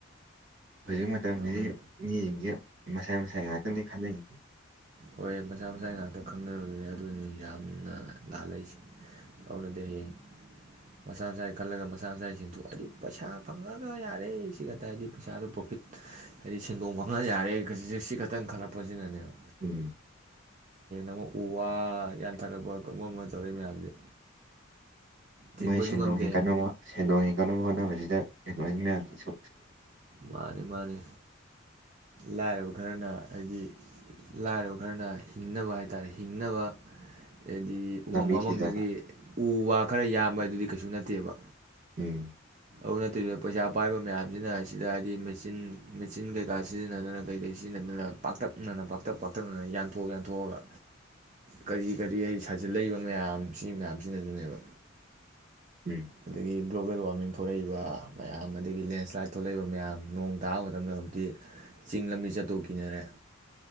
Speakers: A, on the right; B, on the right.
A: ꯍꯧꯖꯤꯛ ꯃꯇꯝꯁꯤ
B: ꯑꯗꯨꯅ
A: ꯃꯤ ꯌꯦꯡꯁꯤꯦ ꯃꯁꯥꯏ ꯃꯁꯥꯏ ꯉꯥꯛꯇꯅꯤ ꯈꯟꯅꯩ
B: ꯍꯣꯏ ꯃꯆꯥ ꯃꯆꯥꯥꯒꯤ ꯉꯥꯛꯇ ꯈꯪꯅꯕꯗꯨꯅꯦ ꯑꯗꯨꯅꯤ ꯌꯥꯝꯅ ꯂꯥꯜꯂꯛꯏꯁꯦ ꯑꯗꯨꯅꯗꯤ ꯍꯌꯦꯡ ꯃꯆꯥ ꯃꯆꯥꯥꯒꯤ ꯈꯜꯂꯒ ꯃꯆꯥ ꯃꯆꯥꯥꯏ ꯁꯦꯟꯊꯣꯛ ꯍꯥꯏꯗꯤ ꯄꯩꯁꯥ ꯐꯪꯉꯒ ꯌꯥꯔꯦ ꯁꯤ ꯈꯛꯇ ꯍꯥꯏꯗꯤ ꯄꯩꯁꯥꯗꯣ ꯄ꯭ꯔꯣꯐꯤꯠ ꯍꯥꯏꯗꯤ ꯁꯦꯟꯗꯣꯡ ꯐꯪꯉ ꯌꯥꯔꯦ ꯁꯤ ꯈꯛꯇꯪ ꯈꯜꯂꯛꯄꯁꯤꯅꯅꯦꯕ ꯍꯅ
A: ꯎꯝ
B: ꯑꯃꯣ ꯎ ꯋꯥ ꯌꯥꯟꯊꯔꯛꯄ ꯑꯃ ꯑꯃ ꯇꯧꯔꯛꯏ ꯃꯌꯥꯝꯁꯦ ꯊꯤꯡꯕꯁꯨ
A: ꯃꯥꯏ ꯁꯦꯟꯗꯣꯡ
B: ꯉꯝꯗꯦ
A: ꯍꯦꯟꯒꯠꯅꯕ ꯁꯦꯟꯗꯣꯡ ꯍꯤꯡꯒꯠꯅꯕ ꯍꯣꯠꯅ ꯁꯥꯟꯠꯅꯕꯁꯤꯗ ꯀꯩꯅꯣ ꯑꯅꯤ ꯃꯌꯥꯝꯁꯤꯁꯨ
B: ꯃꯥꯔꯤ ꯃꯥꯔꯤ ꯂꯥꯏꯔꯕ ꯈꯔꯅ ꯍꯥꯏꯗꯤ ꯂꯥꯏꯔꯕ ꯈꯔꯅ ꯍꯤꯡꯅꯕ ꯍꯥꯏ ꯇꯥꯔꯦ ꯍꯤꯡꯅꯕ ꯑꯗꯤ ꯎꯃꯪ
A: ꯂꯝꯕꯤ
B: ꯋꯥꯃꯪꯗꯒꯤ
A: ꯊꯤꯖꯕ
B: ꯎ ꯋꯥ ꯈꯔ ꯌꯥꯝꯕ ꯑꯗꯨꯗꯤ ꯀꯩꯁꯨ ꯅꯠꯇꯦꯕ
A: ꯎꯝ
B: ꯑꯗꯨ ꯅꯠꯇꯕꯤꯗ ꯄꯩꯁꯥ ꯄꯥꯏꯕ ꯃꯌꯥꯝꯁꯤꯅ ꯁꯤꯗ ꯍꯥꯏꯗꯤ ꯃꯦꯆꯤꯟ ꯃꯦꯆꯤꯟ ꯀꯩꯀꯥ ꯁꯤꯖꯤꯟꯅꯗꯅ ꯀꯩ ꯀꯩ ꯁꯤꯖꯤꯟꯅꯗꯅ ꯄꯥꯛꯇꯛꯅꯅ ꯄꯥꯛꯇꯛ ꯄꯥꯛꯇꯛꯅꯅ ꯌꯥꯟꯊꯣꯛ ꯌꯥꯟꯊꯣꯛꯑꯒ ꯀꯔꯤ ꯀꯔꯤ ꯍꯥꯏ ꯁꯥꯖꯤꯜꯂꯛꯏꯕ ꯃꯌꯥꯝ ꯁꯤ ꯃꯌꯥꯝꯁꯤꯅꯁꯨꯅꯦꯕ
A: ꯎꯝ
B: ꯑꯗꯒꯤ ꯒ꯭ꯂꯣꯕꯦꯜ ꯋꯥꯔꯃꯤ ꯊꯂꯛꯏꯕ ꯃꯌꯥꯝ ꯑꯗꯒꯤ ꯂꯦꯟꯁ꯭ꯂꯥꯏꯠ ꯊꯣꯛꯂꯛꯏꯕ ꯃꯌꯥꯝ ꯅꯣꯡ ꯇꯥꯕ ꯃꯇꯝꯗ ꯍꯧꯖꯤꯛꯇꯤ ꯆꯤꯡ ꯂꯝꯕꯤ ꯆꯠꯇꯣꯛ ꯀꯤꯅꯔꯦ